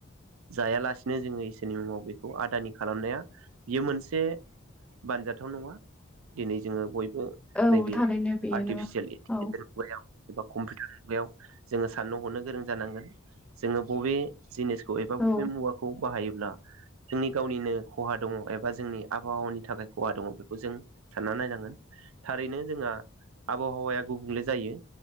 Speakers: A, on the right; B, in the centre.
A: जायालासिनो जोङो इसोरनि मुंङाव बेखौ आदानि खालामनाया बेयो मोनसे बानजाथाव नंङा दिनै जोंङो बयबो
B: औ
A: नैबे
B: थारैनो बेयो
A: आर्टिफिसियेल
B: नङा
A: इन्टिलिजेन्स
B: औ
A: मुगायाव एबा कम्पिउटार मुगायाव जोंङो साननो हरनो गोरों जानांगोन जोंङो बबे जिनिसखौ एबा
B: औ
A: बबे मुवाखौ बाहायोब्ला जोंनि गावनिनो खहा दङ एबा जोंनि आबहावानि थाखाय खहा दङ बेखौ जों सानना नायनांगोन थारैनो जोंहा आबहावाया गुबुंले जायो